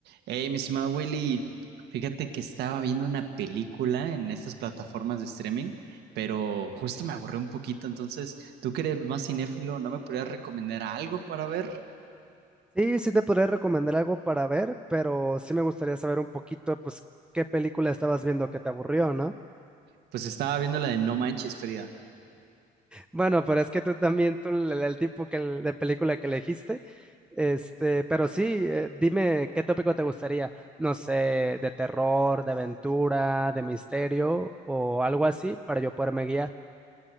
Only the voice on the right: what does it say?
Hey, mi estimado Willy, fíjate que estaba viendo una película en estas plataformas de streaming, pero justo me aburrí un poquito, entonces, tú que eres más cinéfilo, ¿no me podrías recomendar algo para ver?
Pues estaba viendo la de No Manches, Frida.